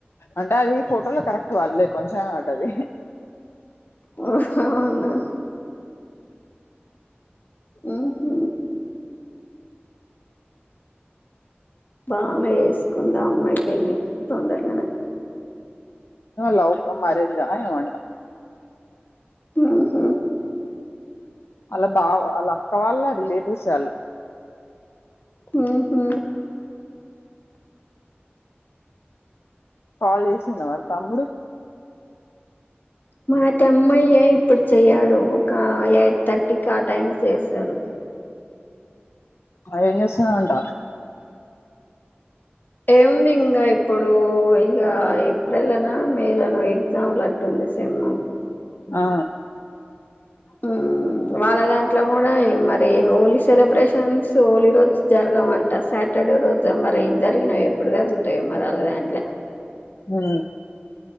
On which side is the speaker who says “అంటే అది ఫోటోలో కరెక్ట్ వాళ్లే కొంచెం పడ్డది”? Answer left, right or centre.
Left